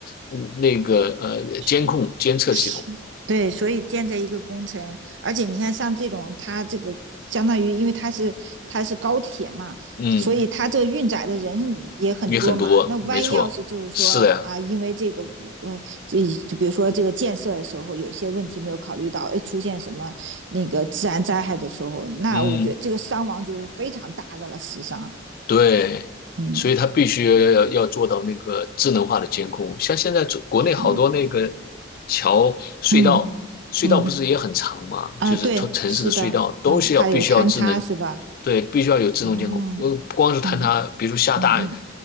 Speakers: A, on the left; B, on the right.
A: 嗯那个呃监控监测系统，
B: 是是，对，所以建这一个工程，而且你看，像这种它这个相当于，因为它是它是高铁嘛，
A: 嗯，
B: 所以它这个运载的人也很多嘛。
A: 也很多，
B: 那万一要是就是说啊，
A: 没错，是的呀，
B: 因为这个呃，这就比如说这个建设的时候有些问题没有考虑到，哎，出现什么那个自然灾害的时候，那我觉得这个伤亡就是非常大的了，
A: 嗯。
B: 死伤。
A: 对，
B: 嗯
A: 所以它必须要要做到那个智能化的监控。像现在中国内好多那个
B: 对，
A: 桥、隧道，
B: 嗯
A: 隧道不是也很长吗？
B: 嗯啊，
A: 就是城城市的隧道都是要必须要智能，
B: 对，是的，嗯，怕有坍塌是吧？
A: 对，必须要有自动监控。
B: 哦，
A: 呃，不光是坍塌，
B: 嗯。
A: 比如说下大
B: 嗯嗯，